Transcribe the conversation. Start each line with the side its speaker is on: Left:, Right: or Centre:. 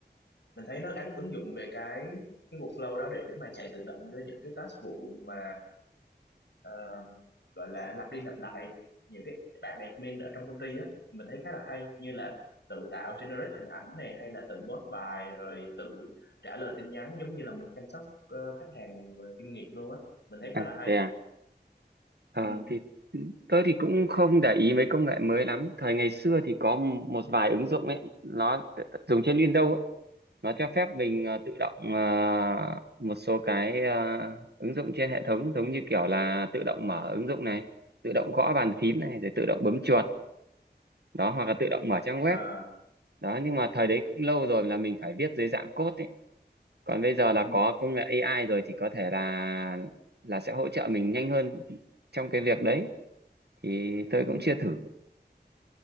Left: mình thấy nó án ứng dụng về cái cái workflow đó để mà chạy tự động cho những cái task vụ mà ờ, gọi là lặp đi lặp lại những cái bạn admin ở trong công ty á mình thấy khá là hay như là tự tạo generate hình ảnh này hay là tự post bài rồi tự trả lời tin nhắn giống như là một chăm sóc ờ, khách hàng ờ, chuyên nghiệp luôn á mình thấy
Right: À,
Left: khá là hay
Right: thế à? Ờ,
Left: ừ
Right: thì tôi thì cũng không để ý mấy công nghệ mới lắm. Thời ngày xưa thì có một vài ứng dụng ấy, nó t- t- dùng trên Windows ấy. nó cho phép mình ờ, tự động ờ, một số cái ờ, ứng dụng trên hệ thống giống như kiểu là tự động mở ứng dụng này tự động gõ bàn phím này rồi tự động bấm chuột đó hoặc là tự động mở trang web
Left: à
Right: đó nhưng mà thời đấy cũng lâu rồi là mình phải viết dưới dạng code ấy còn bây giờ là
Left: ừ
Right: có công nghệ AI rồi thì có thể là là sẽ hỗ trợ mình nhanh hơn trong cái việc đấy thì tôi
Left: ừ
Right: cũng chưa thử